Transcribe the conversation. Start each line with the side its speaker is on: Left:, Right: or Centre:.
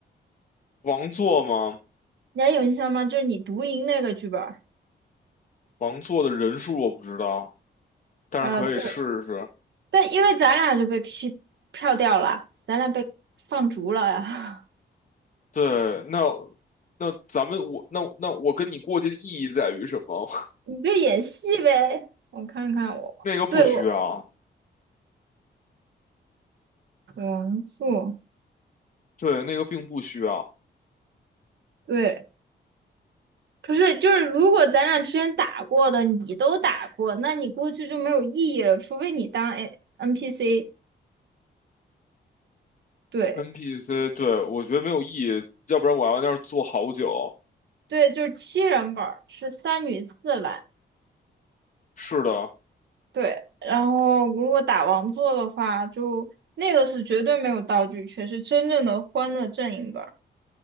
Left: 王座吗？
Right: 你还有印象吗？就是你读赢那个剧本儿，
Left: 王座的人数我不知道，但是可以试试。
Right: 呃，对，但因为咱俩就被批票掉了，咱俩被放逐了呀。
Left: 对，那那咱们我那那我跟你过去的意义在于什么？
Right: <laughs> 你就演戏呗，我看看我，
Left: <laughs> 那个不需要，
Right: 对我王素，
Left: 对，那个并不需要。
Right: 对，不是，就是如果咱俩之前打过的你都打过，那你过去就没有意义了，除非你当 A NPC。对
Left: NPC，对，我觉得没有意义，要不然我要在那儿坐好久。
Right: 对，就是七人本儿，是三女四男。
Left: 是的，
Right: 对，然后如果打王座的话，就那个是绝对没有道具缺是真正的欢乐阵营本儿。